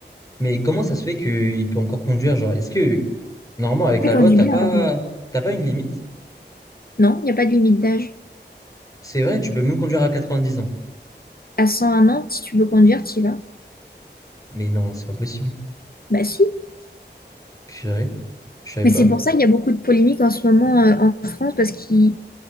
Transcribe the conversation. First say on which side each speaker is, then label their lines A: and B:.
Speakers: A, on the left; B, on the left.
A: Mais comment ça se fait qu'il peut encore conduire? Genre, est-ce que, normalement, avec
B: Elle
A: la loi,
B: conduit
A: t'as
B: bien,
A: pas,
B: par contre.
A: t'as pas une limite?
B: Non, il n'y a pas de limite d'âge.
A: C'est vrai, tu peux même conduire à 90 ans.
B: À 101 ans, si tu veux conduire, tu y vas.
A: Mais non, c'est pas possible.
B: Bah si.
A: Purée, je savais
B: Mais
A: pas.
B: c'est pour ça qu'il y a beaucoup de polémiques en ce moment euh, en France parce qu'ils